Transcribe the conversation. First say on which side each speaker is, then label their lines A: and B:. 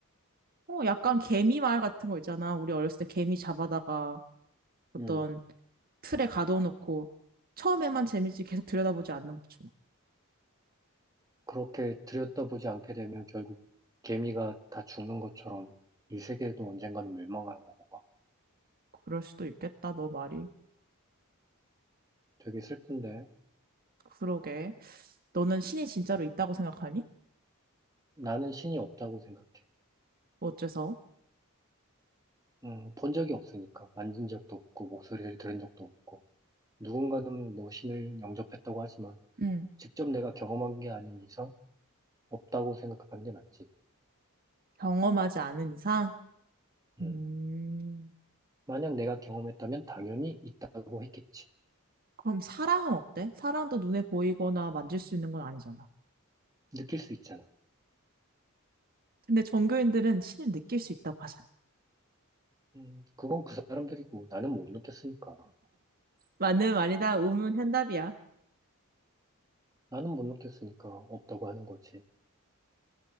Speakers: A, on the right (about 45°); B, on the right (about 15°).
A: 어, 약간 개미 말 같은 거 있잖아. 우리 어렸을 때 개미 잡아다가 어떤
B: 음,
A: 틀에 가둬놓고 처음에만 재밌지 계속 들여다보지 않는 것처럼.
B: 그렇게 들여다보지 않게 되면 결국 개미가 다 죽는 것처럼 이 세계도 언젠가는 멸망하는 건가?
A: 그럴 수도 있겠다, 너 말이.
B: 되게 슬픈데.
A: 그러게. 너는 신이 진짜로 있다고 생각하니?
B: 나는 신이 없다고 생각해.
A: 어째서?
B: 음, 본 적이 없으니까. 만진 적도 없고, 목소리를 들은 적도 없고. 누군가는 뭐 신을 영접했다고 하지만,
A: 응.
B: 직접 내가 경험한 게 아닌 이상, 없다고 생각하는 게 맞지.
A: 경험하지 않은 이상?
B: 음,
A: 음.
B: 만약 내가 경험했다면 당연히 있다고 했겠지.
A: 그럼 사랑은 어때? 사랑도 눈에 보이거나 만질 수 있는 건 아니잖아.
B: 느낄 수 있잖아.
A: 근데 종교인들은 신을 느낄 수 있다고 하잖아.
B: 음, 그건 그 사람들이고, 나는 못 느꼈으니까.
A: 맞는 말이다. 우문현답이야.
B: 나는 못 느꼈으니까 없다고 하는 거지.